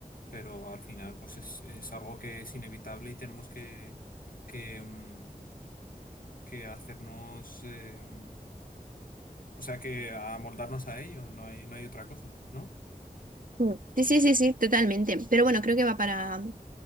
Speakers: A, on the left; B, on the right.
A: Pero al final, pues es, es algo que es inevitable y tenemos que, que, mm, que hacernos, eh, o sea, que amoldarnos a ello. No hay, no hay otra cosa, ¿no?
B: Mm. Sí, sí, sí, sí, totalmente. Pero bueno, creo que va para,